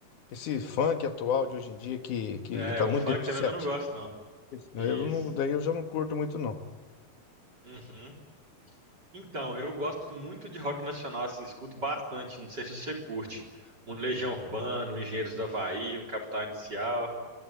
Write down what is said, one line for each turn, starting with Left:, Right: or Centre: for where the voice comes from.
Left: esse funk atual de hoje em dia que, que,
Right: É,
Left: que tá
Right: o
Left: muito
Right: funk
Left: depreciativo.
Right: também eu não gosto, não.
Left: né?
Right: Isso.
Left: Eu não, daí eu já não curto muito, não.
Right: Uhum. Então, eu gosto muito de rock nacional, assim, escuto bastante. Não sei se você curte. Um Legião Urbana, um Engenheiros do Havaí, um Capital Inicial,